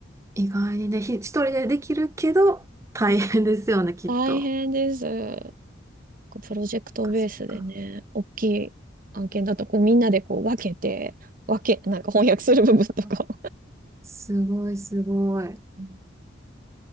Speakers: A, on the right (about 15°); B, on the right (about 45°).
A: 意外にね、ひ一人でできるけど、大変ですよね、
B: うん
A: きっと。
B: 大変です。こうプロジェクトベースでね、
A: そっかそっか。
B: 大きい案件だとこうみんなでこう分けて、分け、なんか翻訳する部分とかを。
A: おすごいすごい。
B: <laughs> うん